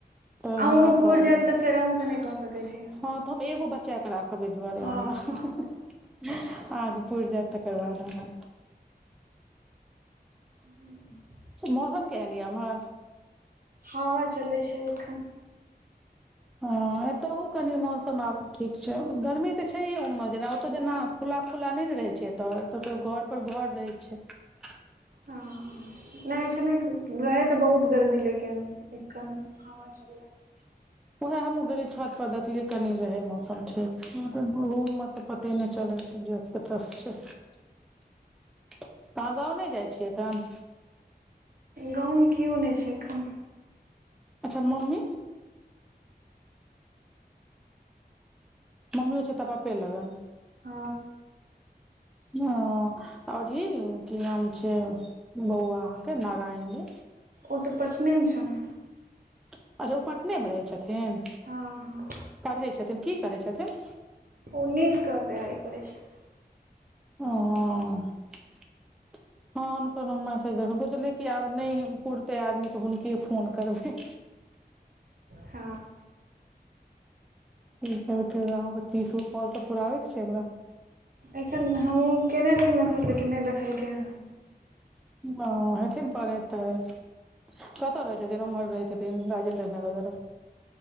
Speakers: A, in the centre; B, on the right (about 60°).
A: तऽ
B: अहूँके
A: हमरा
B: पुरि
A: कह
B: जायत
A: ले
B: तऽ फेर
A: हँ
B: अहूँके नहि कऽ सकैत छी ने
A: तऽ हम एगो ब चक राख बि दुआरे
B: हँ
A: हल पूर्ज
B: हँ
A: तऽ करबा दे
B: ह।
A: मौसम केहेन या उम्हर
B: हवा चलैत छै एखन।
A: हँ एतहु कनि मौसम आब ठीक छै गर्मी तऽ छैहे ओम मे जेना ओतय जेना खुला खुला नहि ने रहै छै तऽ कत घर पर घर रहै छै <inaudible>
B: हँ नहि एखने रहै तऽ बहुत गर्मी लेकिन एखन हवा चलै
A: <inaudible> उहे हमे छत पर देखलियै कनि रहे मौसम ठीक मे तऽ पते नहि चले छै कतऽ छै अहाँ गाव नहि जाइ छियै एखन
B: गाव मे केओ नहि छै एखन
A: अच्छा मम्मी। मम्मी ओ छै पापे लगन
B: ह
A: ह आओर कि नाम छै बौआ अहाँकेँ नारायण जी
B: ओ तऽ पटने मे छौ ने
A: अच्छा ओ पटने मे रहै छथिन
B: हँ हँ
A: पढ़ै छथिन कि करै छथिन
B: ओ नीटके तैयारी करै छै।
A: ह <unintelligible> हँ हुनकर मैसज देख सोचलै कऽ आब नहि पुरते आदमी तऽ हुनके फोन करबै
B: ह।
A: तीस गो फल तऽ पुराबे के छै, हमरा
B: एखन हमहुँ केने रहि मैसेजिन नहि देखलकै
A: ओ हेथिन परे ते कत्त रहै छै दिन मर रहततिन राजेन्द्र नगर